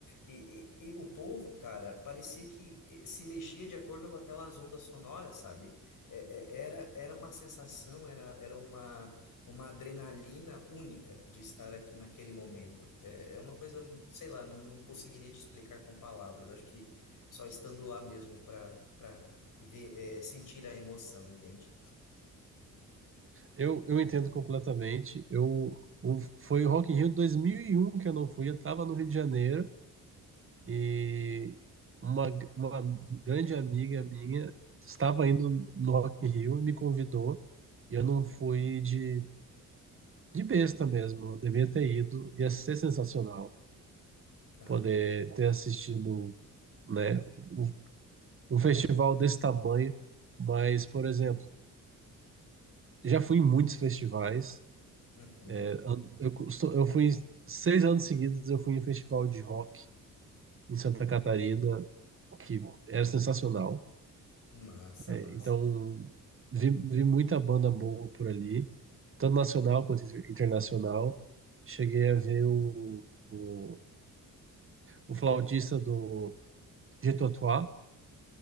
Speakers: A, on the left; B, on the right.
A: E, e- e o povo, cara, parecia que eh, se mexia de acordo com aquelas ondas sonoras, sabe? É- é- Era, era uma sensação, era, era uma, uma adrenalina única de estar aqui naquele momento. É é uma coisa, sei lá, não, não conseguiria te explicar com palavras. Acho que só estando lá mesmo para para ver, é, sentir a emoção, entende?
B: Eu, eu entendo completamente. Eu, o- foi o Rock in Rio 2001 que eu não fui, eu estava no Rio de Janeiro e uma, uma grande amiga minha estava indo no Rock in Rio e me convidou e eu não fui de, de besta mesmo, eu devia ter ido, ia ser sensacional
A: Ah,
B: poder ter assistido, né, o um festival desse tamanho, mas, por exemplo, já fui em muitos festivais.
A: uhum.
B: É, an- Eu, costu- eu fui em- seis anos seguidos, eu fui em um festival de rock em Santa Catarina, que era sensacional.
A: Massa,
B: É,
A: massa.
B: então, vi, vi muita banda boa por ali, tanto nacional quanto inter- internacional. Cheguei a ver o, o, o flautista do Jethro Tull,